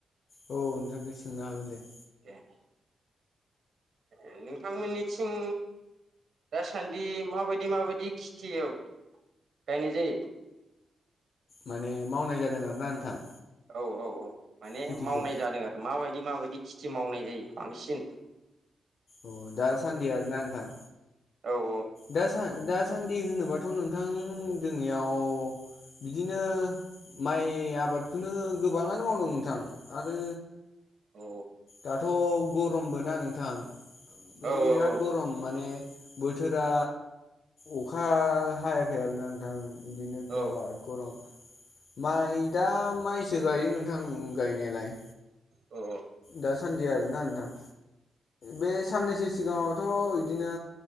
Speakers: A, on the left; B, on the right.
A: औ नोंथांखौ सोंनो हागोन दे।
B: द ए नोंथांमोननिथिं दासान्दि माबायदि माबायदि खेथियाव गायनाय जायो?
A: माने मावनाय जादों आर ना नोंथां।
B: औ औ औ माने
A: खेथिखौ
B: मावनाय जादों आरो माबायदि माबायदि खेथि मावनाय जायो बांसिन।
A: अ दा सान्दि आरोना नोंथां।
B: औ औ
A: दा दासान्दि होनोबाथ' नोंथां जोंनियाव बिदिनो, माइ आबादखौनो गोबाङानो मावदों नोंथां आरो
B: औ
A: दाथ' गरमबो ना नोंथां बिराद
B: औ औ
A: गरम माने बोथोरा अखा हायाखै आरोना नोंथां बिदिनो
B: औ
A: बिराद गरम माइ दा माइसो गायो नोंथां गायनायालाय
B: अ।
A: दासान्दि आरोना नोंथां बे साननैसो सिगाङावथ' बिदिनो,